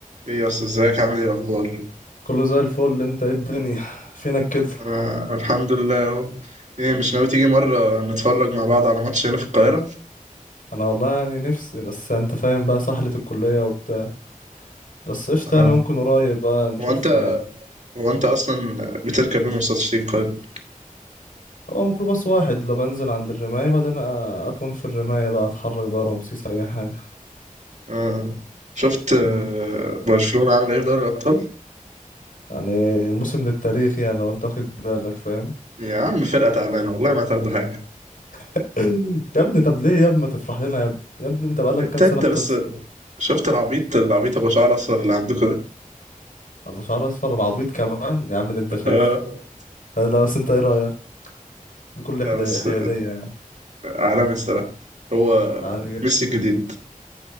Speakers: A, on the right; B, on the left.
A: ايه يا اسطى ازيك عامل ايه الاخبار
B: كله زي الفل انت ايه الدنيا فينك كده
A: انا الحمد لله اهو. ايه مش ناوي تيجي مره نتفرج مع بعض على ماتش هنا في القاهره
B: انا والله يعني نفسي بس انت فاهم بقى سحلة الكلية وبتاع بس قشطة
A: آه.
B: يعني ممكن قريب بقى نشوف
A: هو انت
B: اه،
A: هو انت اصلا بتركب ايه مواصلات تيجي القاهره
B: هو ميكروباص واحد لو بنزل عند الرماية بعدين اه، اكون في الرماية بقى اتحرك بقى رمسيس اي حاجة
A: آه. شفت آه،
B: مم.
A: برشلونه عامله ايه في دوري الابطال
B: يعني موسم للتاريخ يعني لو انت واخد بالك فاهم
A: يا عم فرقه تعبانه والله ما تاخدوا حاجه
B: <clears throat> <laughs> يا ابني طب ليه يا ابني ما تفرح لنا يا ابني يا ابني انت بقالك
A: انت
B: كام سنة
A: انت
B: بتفرح
A: بس شفت العبيط العبيط ابو شعر اصفر اللي عندكم ده
B: ابو شعر اصفر العبيط كمان يا عم اللي انت شايفه
A: آه.
B: لا بس انت ايه رأيك بكل
A: لا
B: حدا-
A: بس
B: حيادية يعني
A: آه، عالمي الصراحه هو
B: على
A: ميسي الجديد